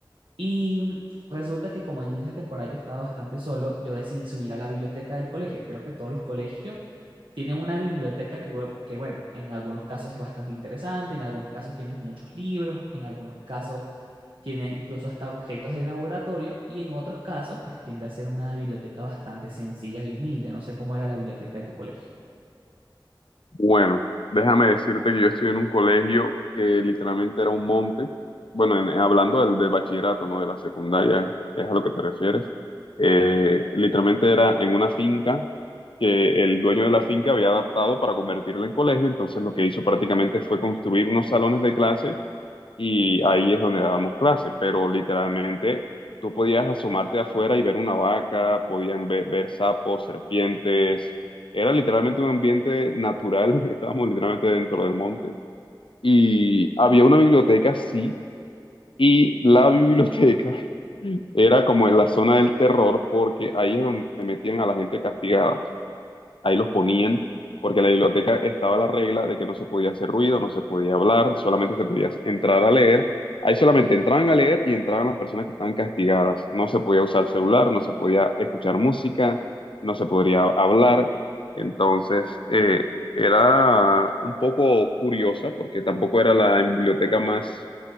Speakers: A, on the right; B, on the left.
A: Y resulta que como en esa temporada yo estaba bastante solo, yo decidí subir a la biblioteca del colegio. Creo que todos los colegios tienen una biblioteca que, bue- que, bueno, en algunos casos es bastante interesante, en algunos casos tienes muchos libros, en algunos casos tiene incluso hasta objetos de laboratorio y en otros casos, pues tiende a ser una biblioteca bastante sencilla y humilde. No sé cómo era la biblioteca de tu colegio.
B: Bueno, déjame decirte que yo estudié en un colegio que literalmente era un monte. Bueno, en- hablando del, del bachillerato, no de la secundaria, es a lo que te refieres. Eh, literalmente era en una finca que el dueño de la finca había adaptado para convertirla en colegio. Entonces, lo que hizo prácticamente fue construir unos salones de clase y ahí es donde dábamos clases pero literalmente tú podías asomarte afuera y ver una vaca, podían ver, ver sapos, serpientes, era literalmente un ambiente natural, <laughs> estábamos literalmente dentro del monte y había una biblioteca, sí, y la biblioteca <laughs> era como en la zona del terror porque ahí es donde metían a la gente castigada ahí los ponían, porque en la biblioteca estaba la regla de que no se podía hacer ruido, no se podía hablar, solamente se podía entrar a leer. Ahí solamente entraban a leer y entraban las personas que estaban castigadas. No se podía usar celular, no se podía escuchar música, no se podría hablar. Entonces, eh, era un poco curiosa porque tampoco era la biblioteca más,